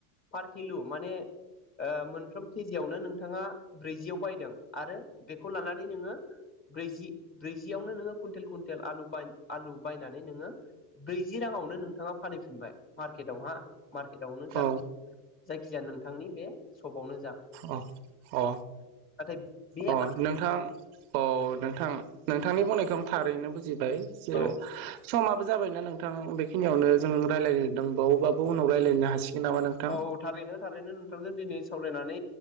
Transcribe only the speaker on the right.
औ
अ अ
अ नोंथां अ नोंथां । नोंथांनि बुंनायखौ आं थारैनो बुजि बाय जे
समा जाबायना नोंथां बेखिनियावनो जों रायलायदों बावबबो उाव राय्लायनो हासिगोन। नामा नोंथां